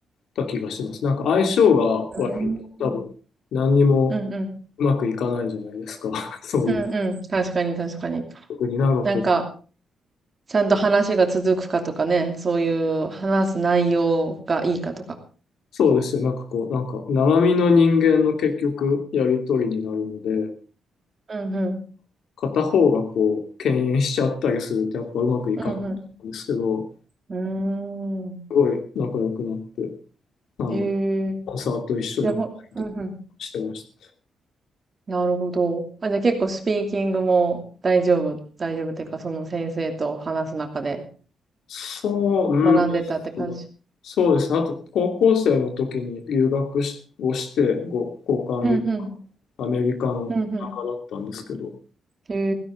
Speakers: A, on the left; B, on the right.
A: た気がしてます。なんか相性が悪いと多分何にも
B: うんうん。
A: うまくいかないじゃないですか。<laughs> そういう、
B: うんうん。確かに確かに。
A: 特になんかこう、
B: なんか、ちゃんと話が続くかとかね、そういう話す内容がいいかとか。
A: そうですよ。なんかこう、なんか生身の人間の結局やりとりになるので、
B: うんうん。
A: 片方がこう、敬遠しちゃったりするとやっぱうまくいかないんですけど、
B: うんうん。うーん。
A: すごい仲良くなって、なんだ、
B: へえ。
A: コンサート一緒に行ったりとかしてました。
B: じゃあ、ほ、うんうん。なるほど。あ、じゃあ結構スピーキングも大丈夫、大丈夫っていうか、その先生と話す中で
A: そう、うんですね。
B: 学んでたって感じ。
A: そうですね。あと、高校生の時に留学しをして、ご交換留
B: うんうん。
A: アメリカの中だったんですけど、
B: うんうん。へ